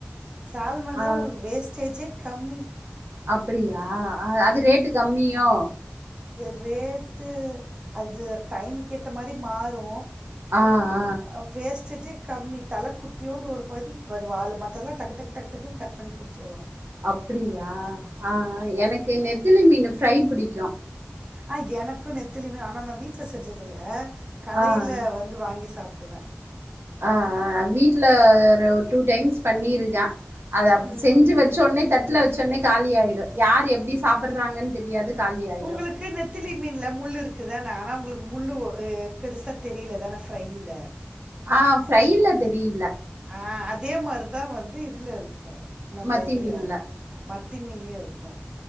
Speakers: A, on the right; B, on the right.
A: சால்மன்லா
B: ஆ
A: உங்குளுக் வேஸ்டேஜே கம்மி
B: அப்பிடியா அது ரேட்டு கம்மியோ
A: து ரேட்டு அது டைமுக்கு ஏத்த மாரி மாறு
B: அ அ
A: அ வேஸ்டேஜே கம்மி தல குட்டியூண்டு ஒரு பகுதி இப்ப அது வாலு மத்தல்லா டக்குடக்டக்டக்குனு கட் பண்ணி குடுத் துவா
B: அப்பிடியா அ அ எனக்கு நெத்திலி மீனு ஃப்ரை பிடிக்கு
A: அ எனக்கு நெத்திலிமீன் ஆனா நா வீட்ல செஞ்சதில
B: ஆ
A: கடைல
B: ஆ
A: வந்து வாங்கி சாப்புடுவே
B: அ அ வீட்ல ஒரு டூ டைம்ஸ் பண்ணியிருக்கா அத அப்
A: ம்
B: செஞ்சு வச்சோன்னே தட்ல வச்சோன்னே காலியாயிடு யார் எப்டி சாப்புட்றாங்கன் தெரியாது காலி ஆயிடு
A: உங்குளுக்கு நெத் திலி மீன்ல முள்ளு இருக்குதான ஆனா உங்களுக்கு முள்ளு பெருசா தெரிலதான ஃப்ரையில
B: அ ஃப்ரையில தெரியில
A: அ அதே மார்தா வந்து இதுல இருக்கு நம்ப
B: மத்தி
A: இதுல
B: மீன்ல
A: மத்தி மீன்லியு இருக்கு